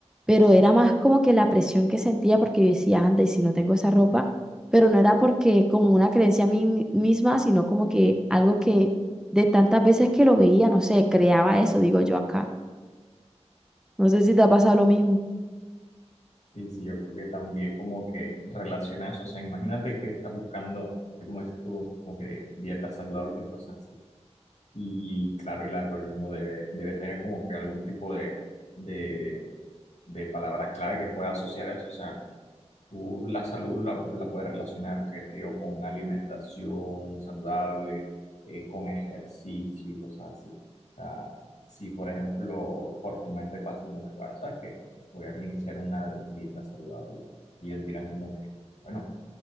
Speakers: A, in the centre; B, on the left (about 70°).
A: Pero era más como que la presión que sentía porque yo decía, anda, y si no tengo esa ropa, pero no era porque como una creencia a mí mi- misma, sino como que algo que de tantas veces que lo veía, no sé, creaba eso, digo yo acá. No sé si te ha pasado lo mismo.
B: Sí, sí, yo creo que también como que relaciona eso. O sea, imagínate que estás buscando, como dices tú, como que dietas saludables y cosas así. Y claro, el algoritmo debe, debe tener como que algún tipo de, de de palabras clave que pueda asociar eso. O sea, tú la salud la, la puedes relacionar, qué sé yo, con alimentación saludable, eh, con ejercicio y cosas así. O sea, si por ejemplo por tu mente pasa como que, bueno, ¿sabes qué? Voy a iniciar una dieta saludable. Y ellos dirán como que, bueno,